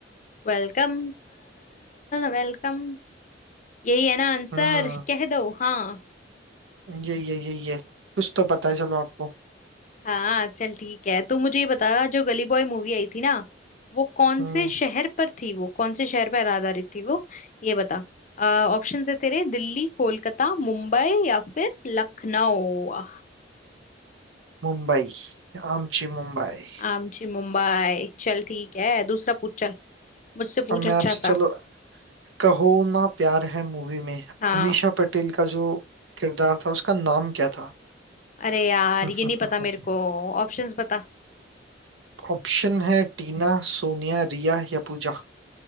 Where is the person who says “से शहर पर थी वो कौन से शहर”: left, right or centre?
Left